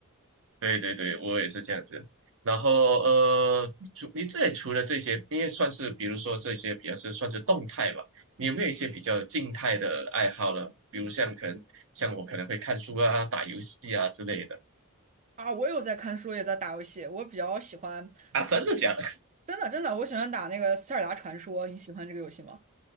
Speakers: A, on the right; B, on the right.
A: 对对对，我也是这样子。然后呃，除你这里除了这些，因为算是比如说这些比较是算是动态嘛，你有没有一些比较静态的爱好呢？比如像可能像我可能会看书啊、打游戏啊之类的。
B: 啊，我有在看书，也在打游戏，我比较喜欢，
A: 啊，真的假的？
B: 真的真的，我喜欢打那个《塞尔达传说》，你喜欢这个游戏吗？